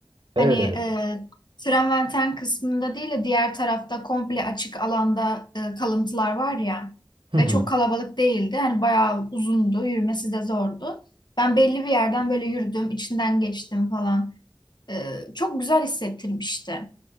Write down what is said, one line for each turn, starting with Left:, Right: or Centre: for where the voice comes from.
Left: Hani
Right: Evet.
Left: e, Traverten kısmında değil de diğer tarafta komple açık alanda e, kalıntılar var ya
Right: Hı
Left: ve
Right: hı.
Left: çok kalabalık değildi. Hani bayağı uzundu, yürümesi de zordu. Ben belli bir yerden böyle yürüdüm, içinden geçtim falan. E, çok güzel hissettirmişti.